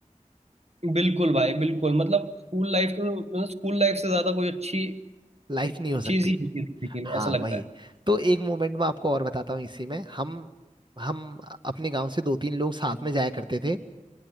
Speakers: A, on the right (about 55°); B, on the right (about 35°).
A: बिल्कुल भाई बिल्कुल मतलब स्कूल लाइफ तो मतलब स्कूल लाइफ से ज्यादा कोई अच्छी
B: लाइफ नहीं हो सकती
A: चीज ही होती है जिंदगी
B: हाँ
A: में ऐसा लगता
B: वही
A: है
B: तो एक मोमेंट में आपको और बताता हूँ इसी में हम हम अपने गांव से दो तीन लोग साथ में जाया करते थे